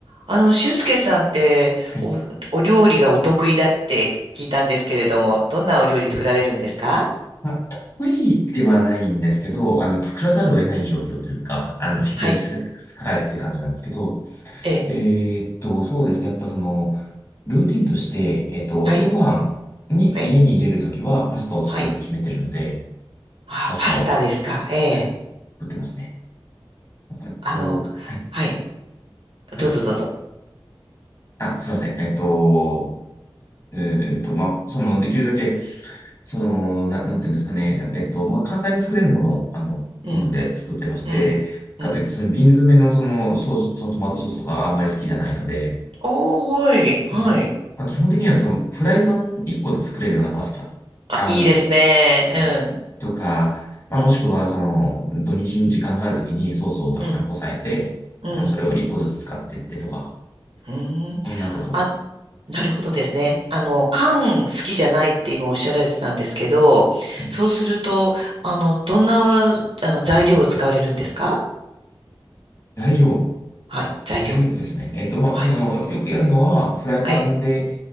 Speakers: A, on the right; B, on the left.
A: あの、俊介さんってお、
B: はい。
A: お料理がお得意だって聞いたんですけれども、どんなお料理作られるんですか
B: まあ、得意ではないんですけど、あの、作らざるを得ない状況というか、あの、必要にさかられてって感じなんですけど、
A: はい、ええ、
B: えーっと、そうですね。やっぱその、ルーティンとして、えっと、お昼ご飯に家に入れるときはパスタを作るって決めてるので、
A: はい、はい、はい。あ、
B: パスタを、
A: パスタですかええ、
B: はい作ってますね。あと、
A: あの、
B: はい、
A: はい、
B: どうぞ。
A: どうぞどうぞ。
B: あ、すいません。えっと、えーっと、まあ、その、できるだけその、な、なんていうんですかね、えっと、まあ、簡単に作れるものを、あの、
A: うん、
B: 好んで作ってまして、
A: うん、
B: かといって、
A: うん。
B: その瓶詰めのそのソース、そのトマトソースとかあんまり好きじゃないので、
A: おー、はい、はい。
B: うん。まあ、基本的にはそのフライパン1個で作れるようなパスタ。
A: あ、
B: あの、
A: いいですね。
B: はい。とか、まあ、
A: うん、
B: もしくはその土日に時間があるときにソースをたくさんこさえて、
A: うん、うん、うん。
B: あの、それを1個ずつ使ってってとか、
A: うん、
B: こんなこと。
A: あ、なるほどですね。あの、缶好きじゃないって今おっしゃられてたんですけど、
B: はい
A: そうすると、あの、どんな、あの、材料を使われるんですか
B: 材料、
A: はい、材料。
B: 材料ですね。えっと、まあ、
A: はい。
B: その、よくやるのは、フライパンで、
A: ええ、